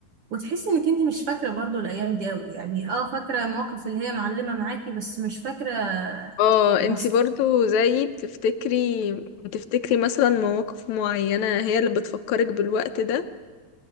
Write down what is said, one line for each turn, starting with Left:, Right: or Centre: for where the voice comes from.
Right: وتحسي انك انت مش فاكره برضو الايام دي قوي يعني اه فاكره المواقف اللي هي معلمه معاكي بس مش فاكره
Left: اه
Right: تفاصيل
Left: انتي برضو زيي بتفتكري بتفتكري مثلا مواقف معينة هي اللي بتفكرك بالوقت ده